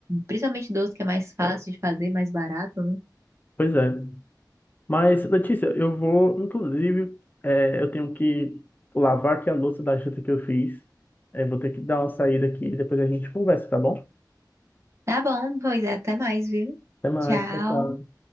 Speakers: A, on the right; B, on the left.
A: Principalmente doce que é mais fácil de fazer, mais barato, né?
B: Pois é. Mas, Letícia, eu vou, inclusive, é, eu tenho que lavar aqui a louça da janta que eu fiz. É, vou ter que dar uma saída aqui e depois a gente conversa, tá bom?
A: Tá bom, pois é, até mais, viu?
B: Até mais,
A: Tchau.
B: tchau, tchau.